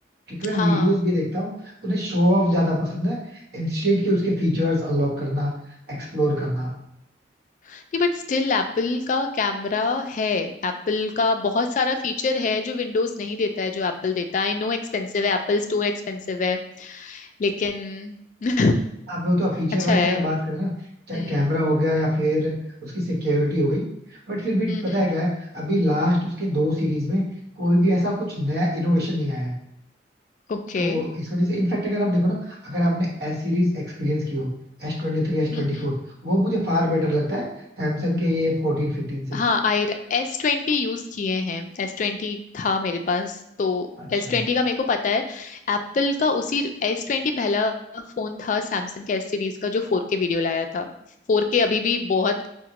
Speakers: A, on the right; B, on the left.
A: क्योंकि मैं
B: हाँ
A: वीडियोस भी देखता हूँ उन्हें शो ऑफ ज्यादा पसंद है इंस्टेड कि उसके फीचर्स अनलॉक करना एक्सप्लोर करना
B: नहीं बट स्टिल एप्पल का कैमरा है एप्पल का बहुत सारा फीचर है जो विंडोज नहीं देता है जो एप्पल देता है आई नो एक्सपेंसिव है एप्पल स्टोर एक्सपेंसिव है लेकिन <laughs>
A: आप लोग तो फीचर
B: अच्छा
A: वाइज
B: है
A: अगर बात करें ना
B: हम्म
A: चाहे कैमरा हो गया या फिर उसकी सिक्योरिटी हो गई बट फिर भी
B: हम्म
A: पता
B: हम्म
A: है क्या है अभी लास्ट उसके दो सीरीज में कोई भी ऐसा कुछ नया इनोवेशन नहीं आया है
B: ओके
A: तो इस वजह से इनफैक्ट अगर आप देखो ना अगर आपने एस सीरीज एक्सपीरियंस की हो S twenty three S twenty
B: हम्म हम्म
A: four वो मुझे फार बेटर लगता है सैमसंग के ये फोर्टीन फिफ्टीन से
B: हाँ आई एस ट्वेंटी यूज किए हैं एस ट्वेंटी था मेरे पास तो
A: अच्छा
B: एस ट्वेंटी का मेरे को पता है एप्पल का उसी एस ट्वेंटी पहला फोन था सैमसंग के एस सीरीज का जो फोर के वीडियो लाया था फोर के अभी भी बहुत